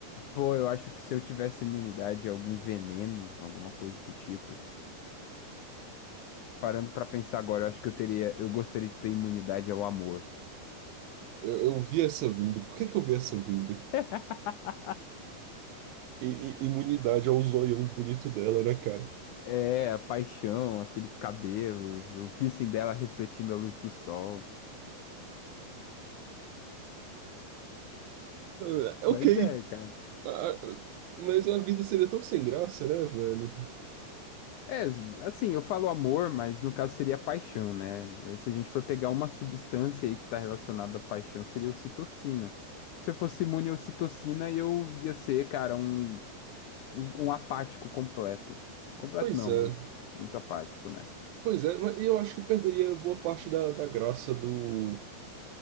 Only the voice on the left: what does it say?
Pô, eu acho que se eu tivesse imunidade a algum veneno, alguma coisa do tipo, parando pra pensar agora, eu acho que eu teria, eu gostaria de ter imunidade ao amor.
<laughs>
É, a paixão, aqueles cabelos, o piercing dela refletindo a luz do sol.
Mas é, cara.
É, assim, eu falo amor, mas no caso seria paixão, né? Se a gente for pegar uma substância aí que tá relacionada à paixão, seria ocitocina. Se eu fosse imune à ocitocina, eu ia ser, cara, um, um apático completo. Completo
não,
mas muito apático, né?